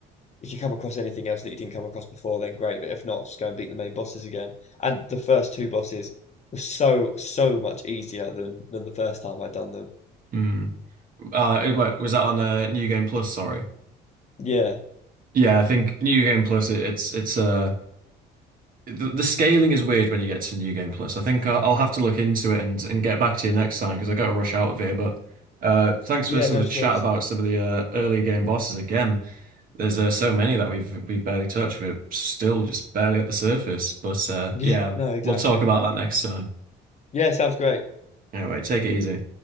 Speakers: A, on the left; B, on the right.
A: if you come across anything else that you didn't come across before, then great. But if not, just go and beat the main bosses again. And the first two bosses were so so much easier than than the first time I'd done them.
B: mm. Uh, it wa- was that on uh, New Game Plus? Sorry.
A: Yeah,
B: Yeah, I think New Game Plus it, it's it's uh the, the scaling is weird when you get to New Game Plus. I think I'll, I'll have to look into it and and get back to you next time because I got to rush out of here. But uh, thanks
A: yeah,
B: for some
A: no
B: of the
A: stress.
B: chat about some of the uh, early game bosses again. There's uh, so many that we've we've barely touched. We're still just barely at the surface. But uh,
A: Yeah,
B: yeah,
A: no, exactly.
B: we'll talk about that next time.
A: Yeah, sounds great.
B: Anyway, take it easy.